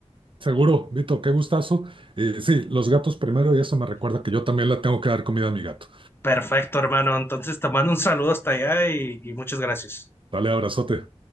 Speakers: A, on the right; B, on the left.
A: Seguro, Vito, qué gustazo. Y sí, los gatos primero y eso me recuerda que yo también le tengo que dar comida a mi gato.
B: Perfecto, hermano. Entonces te mando un saludo hasta allá y, y muchas gracias.
A: Dale, abrazote.